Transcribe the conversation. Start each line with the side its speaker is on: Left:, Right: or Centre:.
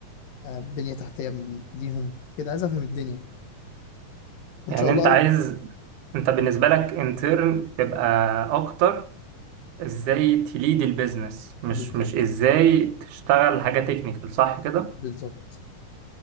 Left: آه، بنية تحتية من- ليهم كده عايز افهم الدنيا وان
Right: يعني
Left: شاء الله
Right: أنت عايز أنت بالنسبة
Left: أول-
Right: لك انترن تبقى أكتر ازاي تليد البيزنس مش
Left: بالظبط
Right: مش ازاي تشتغل حاجة تكنيكال صح كده
Left: بالظبط